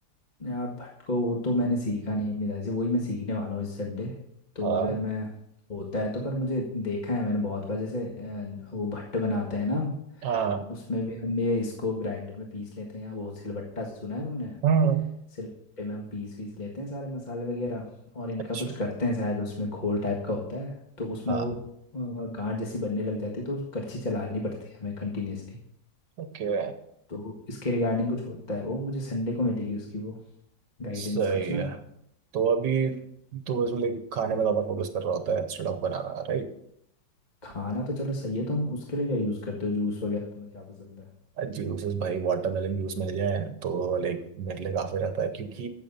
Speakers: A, on the left; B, on the right.
A: यार भट को वो तो मैंने सीखा नहीं अपनी दादी से वही मैं सीखने वाला हूँ इस संडे तो
B: हाँ
A: अगर मैं होता है तो पर मुझे देखा है मैंने बहुत बार जैसे अ, वो भट्ट बनाते हैं ना
B: हाँ
A: उसमें भी हम ये इसको ग्राइंडर में पीस लेते हैं या वो सिलबट्टा सुना है तुमने
B: हम्म
A: सिलबट्टे में हम पीस वीस लेते हैं सारे मसाले वगैरह और इनका
B: अच्छा
A: कुछ करते हैं शायद उसमें घोल टाइप का होता है तो उसमें
B: हाँ
A: वो अ, गांठ जैसी बनने लग जाती है तो करछी चलानी पड़ती है हमें कंटिन्यूअसली
B: ओके
A: तो इसके रिगार्डिंग कुछ होता है वो मुझे संडे को मिलेगी उसकी वो गाइडेंस
B: सही
A: कुछ ना
B: है तो अभी तो बस लाइक खाने में ज्यादा फोकस कर रहा होता है इंस्टेड ऑफ बनाना राइट
A: खाना तो चलो सही है तुम उसके लिए क्या यूज़ करते हो जूस वगैरह तुम्हें क्या पसंद है
B: जूसेस भाई वाटरमेलन जूस मिल जाए तो लाइक मेरे लिए काफी रहता है क्योंकि